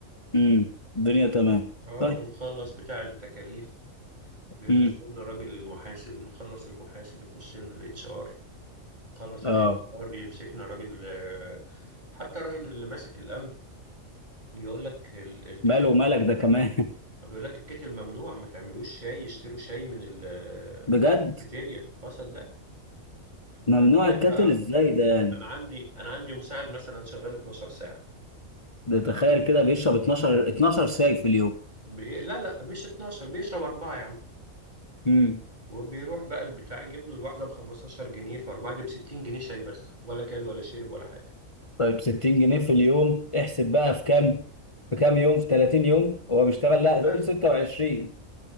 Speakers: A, on the left; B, on the right.
A: امم الدنيا تمام
B: اه
A: طيب
B: بنخلص بتاع التكاليف بيخش
A: امم
B: لنا راجل المحاسب نخلص المحاسب يخش لنا الاتش ار نخلص الاتش
A: اه
B: ار يمسكنا راجل آه، حتى الراجل اللي ماسك الامن يقول لك ال- الكتل
A: ماله ومالك
B: ممنوع
A: ده كمان
B: بيقول لك الكتل ممنوع ما تعملوش شاي يشتروا شاي من ال
A: <laughs> بجد
B: من الكافيتيريا اه صدق
A: ممنوع
B: فتخيل
A: الكاتل
B: بقى
A: ازاي ده يعني
B: انا عندي انا عندي مساعد مثلا شغال 12 ساعه
A: ده تخيل كده بيشرب 12 12 ساي في اليوم
B: بي... لا لا مش 12 بيشرب اربعه يا عم
A: امم
B: وبيروح بقى البتاع يجيب له الواحده ب 15 جنيه فاربعه دي ب 60 جنيه شاي بس ولا كل ولا شرب ولا حاجه
A: طيب 60 جنيه في اليوم احسب بقى في كام في كام يوم في 30 يوم هو بيشتغل
B: 30
A: لا
B: بألف
A: قول 26